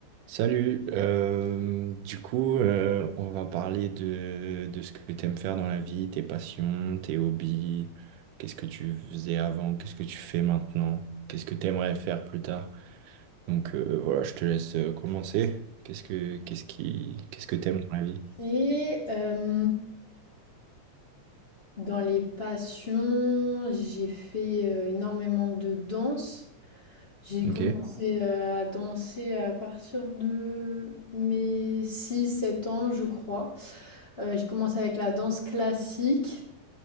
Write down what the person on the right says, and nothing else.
Salut, euh, du coup, euh, on va parler de, de ce que tu aimes faire dans la vie, tes passions, tes hobbies, qu'est-ce que tu faisais avant, qu'est-ce que tu fais maintenant, qu'est-ce que tu aimerais faire plus tard. Donc euh, voilà, je te laisse euh, commencer. Qu'est-ce que qu'est-ce qui qu'est-ce que t'aimes dans la vie?
Ok,